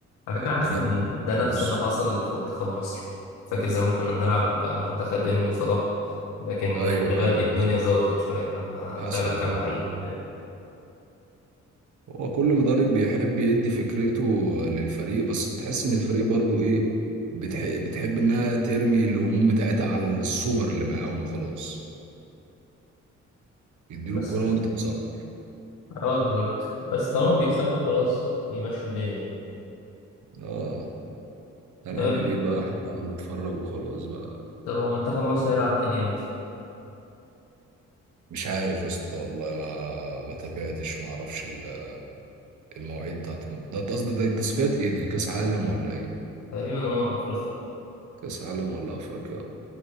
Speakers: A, on the left; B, on the right.
A: على فكرة
B: التلاتة
A: حاسس ان
B: في خط
A: ده نفس
B: النص
A: اللي حصل في منتخب مصر فاكر زمان كنا بنلعب منتخب ارمي صلاح لكن
B: ايوه
A: دلوقتي
B: ايوه
A: الدنيا
B: حصل
A: ظبطت شوية لما
B: حصل
A: طلع لك كام
B: اه
A: لعيب <laughs> فاهم؟
B: هو كل مدرب بيحب يدي فكرته للفريق بس تحس ان الفريق برضو ايه بتح... بتحب انها ترمي الهموم بتاعتها على السوبر اللي معاهم وخلاص يديله
A: بس
B: الكرة وانت تتصرف
A: اه بالظبط بس طالما بيكسبوا خلاص بيمشوا الدنيا يعني.
B: اه هنعمل
A: طيب
B: ايه بقى احنا نتفرج وخلاص بقى
A: طب هو منتخب مصر هيلعب تاني امتى؟
B: مش عارف يا اسطى والله ما ما تابعتش ما اعرفش ال- المواعيد بتاعت الم- ده قصدي ده التصفيات ايه دي كاس عالم ولا ايه
A: تقريبا اه افريقيا
B: كاس عالم ولا افريقيا